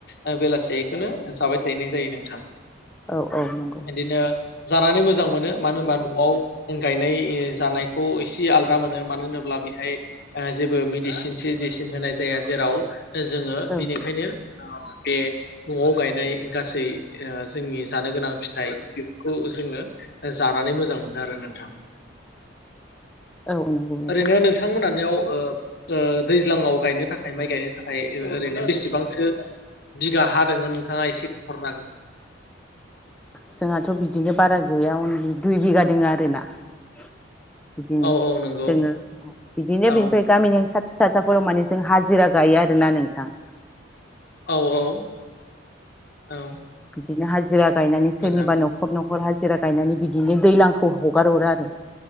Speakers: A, on the left; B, in the centre.
A: ओ बेलासे इखोनो जाबाय थाहैनाय जायो नोंथां।
B: औ औ नंगौ
A: इदिनो जानानै मोजां मोनो मानो होनबा नआव गायनाय जानायखौ एसे आलदा मोनो मानो होनोब्ला बिहाय जेबो मेडिसिन सिडि सिन होनाय जाया जेराव जोङो
B: औ
A: बिनिखायनो बे नआव गायनाय गासै ओ जोंनि जानो गोनां फिथाइ बेफोरखौ जोङो जानानै मोजां मोनो आरो नोंथां।
B: औ नंगौ नोंथां
A: ओरैनो नोंथांमोना याव ओ ओ दै ज्लाङाव गायनो थाखाय माइ गायनो थाखाय ओरैनो बेसेबांसो बिगा हा दोङो नोंथाङा एसे <unintelligible> हागोन।
B: जोंहाथ' बिदिनो बारा गैया अनलि दुइ बिघा दोङो आरोना। बिदिनो
A: औ औ नंगौ
B: जोङो बिदिनो
A: औ
B: बेनिफ्राय गामिनि स साथाफोराव माने जों हाजिरा गायो आरोना नोंथां।
A: औ औ औ
B: बिदिनो हाजिरा गायनानै सोरनिबा
A: मोजां
B: नखर नखर ख'र हाजिरा गायनानै बिदिनो दैलांखौ हगार हरा आरो।